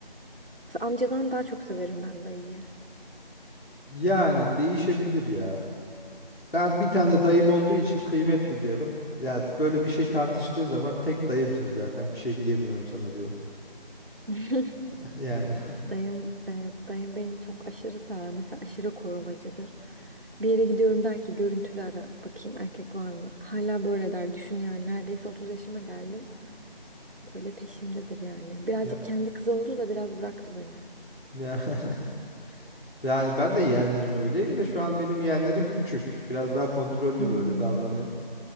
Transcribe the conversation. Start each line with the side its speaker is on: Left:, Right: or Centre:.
Right: Mesela amcadan daha çok severim ben dayıyı.
Left: Yani değişebilir ya. Ben bir tane dayım olduğu için kıymet biliyorum. Ya böyle bir şey tartıştığı zaman tek dayımsın zaten bir şey diyemiyorum sana diyorum.
Right: <laughs>
Left: <laughs> Yani
Right: Dayım, e, dayım beni çok aşırı sever. Mesela aşırı korumacıdır. Bir yere gidiyorum der ki görüntülü ara bakayım erkek var mı? Hala böyle der. Düşün yani neredeyse 30 yaşıma geldim. Böyle peşimdedir yani. Birazcık
Left: ya,
Right: kendi kızı oldu da biraz bıraktı beni.
Left: ya. <laughs> Yani ben de yeğenlerim öyleyim de şu an benim yeğenlerim küçük. Biraz daha kontrollü
Right: Hmm.
Left: böyle davranıyor.